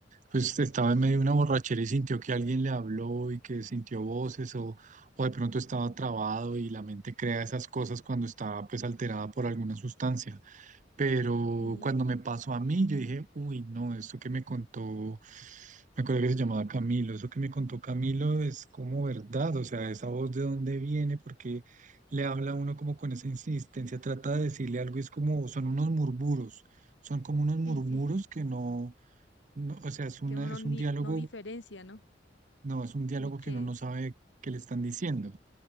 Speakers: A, on the right; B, on the left.
A: pues estaba en medio de una borrachera y sintió que alguien le habló y que sintió voces o, o de pronto estaba trabado y la mente crea esas cosas cuando está pues alterada por alguna sustancia. Pero
B: Sí,
A: cuando me pasó a mí, yo dije, uy, no, esto que me contó, me acuerdo que se llamaba Camilo, eso que me contó Camilo es como verdad, o sea, esa voz de dónde viene, porque le habla a uno como con esa insistencia, trata de decirle algo y es como, son unos murmuros, son como unos murmuros
B: sí, sí, sí.
A: que no, no, o sea, es una,
B: Que uno no,
A: es
B: ni,
A: un diálogo,
B: no diferencia, ¿no?
A: no, es un diálogo
B: Ni qué
A: que uno no
B: es.
A: sabe qué le están diciendo.